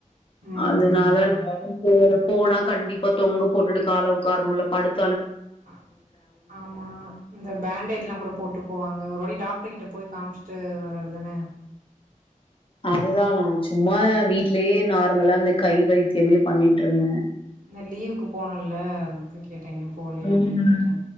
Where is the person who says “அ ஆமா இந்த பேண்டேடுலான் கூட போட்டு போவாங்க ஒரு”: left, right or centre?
Right